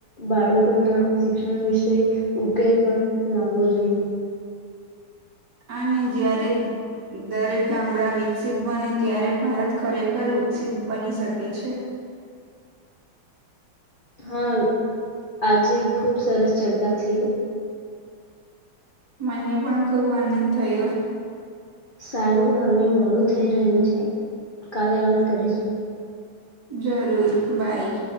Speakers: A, on the left; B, on the right.
A: બાળકોના શિક્ષણ વિશે ઉકેલ પણ લાવો જોઈએ.
B: અને જ્યારે દરેક ગામડા વિકસિત બને ત્યારે ભારત ખરેખર વિકસિત બની શકે છે.
A: હા આજે ખુબ સરસ ચર્ચા છે.
B: મને પણ ખુબ આનંદ થયો.
A: સારું હવે મોડું થઈ રહ્યું છે કાલે વાત કરીશું.
B: જરૂર બાય.